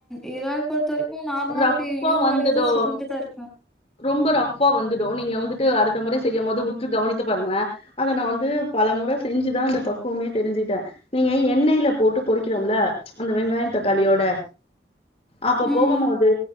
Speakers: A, in the centre; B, on the left.
A: இரால் பொறுத்தவரைக்கு நார்மலாவே
B: ரஃப்பா
A: அப்டி யூ
B: வந்துடு
A: வடிவத்ல சுருண்டுதா இருக்கு
B: ரொம்ப ரஃப்பா வந்துடு நீங்க வந்துட்டு அடுத்த முறை செய்யும் போது உற்று கவனித்து பாருங்களே அத நா வந்து பல மொற செஞ்சுதா இந்த பக்குவமே தெரிஞ்சுட்டே நீங்க எண்ணெயில போட்டு பொறிக்கிறோம்ல அந்த வெங்காய தக்காளியோட அப்ப
A: ம்,
B: போகம் போது